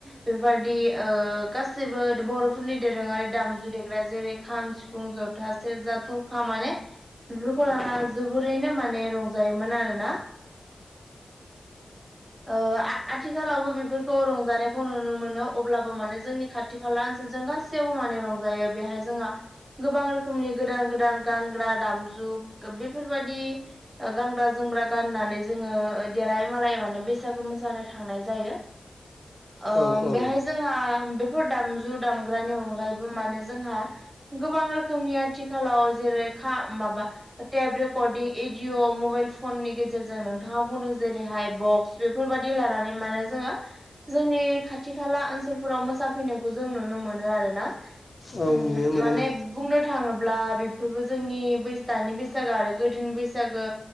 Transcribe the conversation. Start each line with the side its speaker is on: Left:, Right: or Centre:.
Right: बेफोरबायदि ओ गासैबो बर'फोरनि दोरोङारि दामजु देग्रा जेरै-खाम, सिफुं। ज'था, सेरजा, थरखा माने बेफोरखौ लाना जोबोरैनो माने रंजा। जायोमोन आरोना। औ आ-आथि। आथिखालावबो बेफोरखौ रंजानायखौ नुनो मोनो अब्लाबो माने जोंनि खाथि-खाला ओनसोलजों गासैयावबो माने रं। जायो बेहाय। जोंहा गोबां रोखोमनि गोदान-गोदान गानग्रा दामजु बेफोरबायदि। ओ गानग्रा-जोमग्रा गाननानै जोङो देलाय-मालाय माने बै। बैसागो मोसानो थांनाय जायो। ओ
Left: औ औ
Right: बेहाय जोंहा बेफोर दामजु दाम। ग्रानि अनगायैबो माने जोंहा गोबां रोखोमनि आथि। आथिखालाव जेरै खा माबा टेभ रिकदीं‌ इजि भीडिअ मबाइल फननि गेजेरजों नोंथाङा बुंदों जेरैहाय बक् बेफोरबादि लानानै माने जोङो जोंनि खाथि खाला ओनसोलफोराव मोसाफैनायखौ जों नु नुनो मोनो आरो ना
Left: औ
Right: ओम
Left: नुनो मोनो
Right: माने
Left: नों
Right: बुंनो थाङोबा ब्ला बेफोरबो जोंनि बैसो दानि बैसागो आरो गोदोनि बैसागो